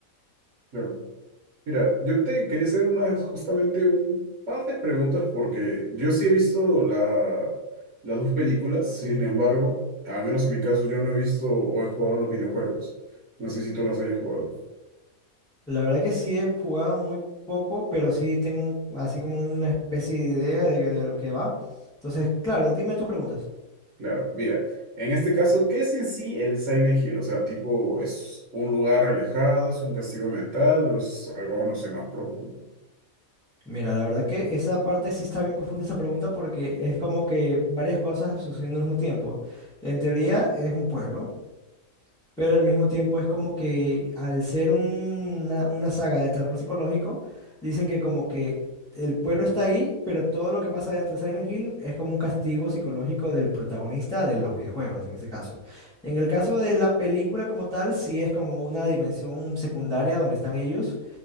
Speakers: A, on the right (about 65°); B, in the centre.
A: Claro. Mira, yo te quería hacer unas justamente un par de preguntas porque yo sí he visto la, las dos películas, sin embargo, al menos en mi caso, yo no he visto o he jugado los videojuegos. No sé si tú las hayas jugado.
B: La verdad que sí he jugado muy poco, pero sí tengo un- así como una especie de idea de, de lo que va. Entonces, claro, dime tus preguntas.
A: Claro, mira, en este caso, ¿qué es en sí el Silent Hill? O sea, tipo, ¿es un lugar alejado, es un castigo mental o es algo, no sé, más profundo?
B: Mira, la verdad que esa parte sí está bien profunda esa pregunta porque es como que varias cosas sucediendo al mismo tiempo. En teoría es un pueblo, Pero al mismo tiempo es como que al ser una, una saga de terror psicológico, dicen que como que el pueblo está ahí, pero todo lo que pasa dentro de Silent Hill es como un castigo psicológico del protagonista de los videojuegos, en ese caso. En el caso de la película como tal, sí es como una dimensión secundaria donde están ellos